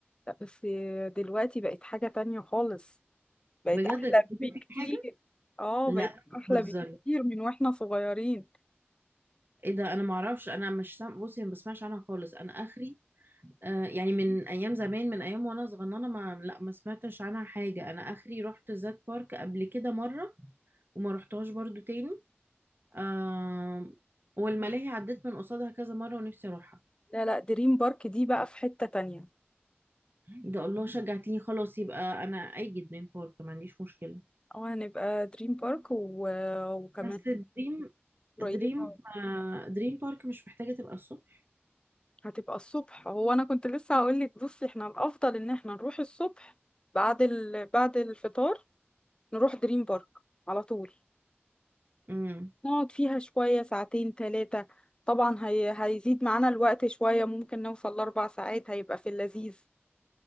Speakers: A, on the left; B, on the right.
A: لا، بس دلوقتي بقت حاجة تانية خالص بقت
B: بجد
A: أحلى
B: إيه ده
A: بكتير
B: في حاجه
A: اه
B: لا
A: بقت
B: بتهزري
A: أحلى بكتير من واحنا صغيرين
B: ايه ده انا معرفش انا مش سام... بصي أنا ما بسمعش عنها خالص انا اخري آه، يعني من ايام زمان من ايام وانا صغننه ما لا ما سمعتش عنها حاجه انا اخري رحت زاد بارك قبل كده مره وما رحتهاش برضو تاني آم، والملاهي عديت من قصادها كذا مره ونفسي اروحها
A: لا لا دريم بارك دي بقى في حتة تانية
B: ايه ده الله شجعتيني خلاص يبقى انا اي دريم بارك ما عنديش مشكله
A: او هنبقى دريم بارك و... وكمان
B: بس دريم
A: قريبة
B: دريم آه، دريم بارك مش محتاجه تبقى الصبح
A: هتبقى الصبح هو انا كنت لسه هقول لك بصي احنا الافضل ان احنا نروح الصبح بعد ال... بعد الفطار نروح دريم بارك على طول
B: امم
A: نقعد فيها شوية ساعتين ثلاثة طبعا هي... هيزيد معانا الوقت شوية ممكن نوصل لأربع ساعات هيبقى في اللذيذ